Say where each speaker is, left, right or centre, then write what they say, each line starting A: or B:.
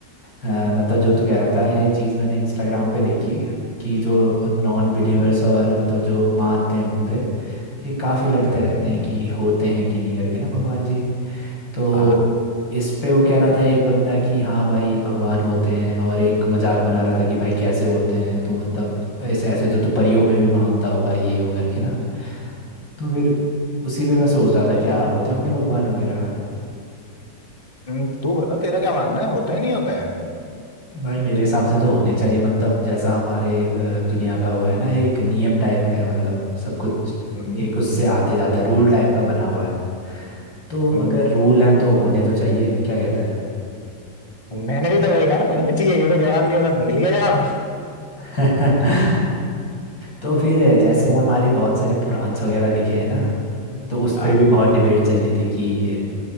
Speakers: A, on the left; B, on the left.
A: अ, मतलब जो तू कह रहा था ये चीज़ मैंने इंस्टाग्राम पे देखी कि जो नॉन बिलीवर्स
B: हम्म,
A: और मतलब जो मानते हैं उन पे ये काफ़ी लड़ते
B: हम्म,
A: रहते हैं कि होते हैं कि नहीं करके ना भगवान जी तो
B: हाँ
A: इस पे वो कह रहा था एक बंदा कि हाँ भाई भगवान होते हैं और एक मजाक बना रहा था कि भाई कैसे होते हैं तू मतलब ऐसे ऐसे तो तू परियों में भी मानता होगा ये वो करके ना तो फिर उसी पे मैं सोच रहा था क्या होते होंगे भगवान वगैरह
B: हम्म, तू बता तेरा क्या मानना है होते हैं नहीं होते हैं
A: भाई मेरे हिसाब से तो होने चाहिए मतलब जैसा हमारे अ, दुनिया का वो है ना एक नियम टाइप का है मतलब सब कुछ
B: हम्म,
A: एक उससे आते जाता है रूल टाइप का बना हुआ है तो
B: हम्म,
A: अगर रूल हैं तो होने तो चाहिए क्या कहता
B: मैंने भी तो वही कहा ना होने चाहिए ये तो जवाब नहीं होता मिल गया
A: है <laughs> तो फिर जैसे हमारे बहुत सारे पुराण वगैरह लिखे हैं ना तो उस पे
B: जवाब
A: भी बहुत डिबेट चल रही थी कि